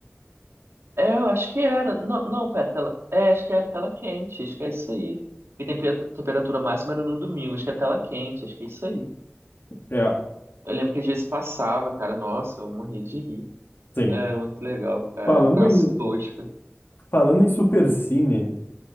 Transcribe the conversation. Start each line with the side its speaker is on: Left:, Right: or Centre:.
Right: É, eu acho que era. Não, não, pera, tela. É, acho que era tela quente, acho que é isso aí. E tempe- temperatura máxima era no domingo, acho que é tela quente, acho que é isso aí.
Left: É,
Right: Eu lembro que às vezes passava, cara, nossa, eu morri de rir.
Left: sim.
Right: Era muito legal, cara,
Left: Falando
Right: troço
Left: em
Right: tosco.
Left: Falando em Supercine,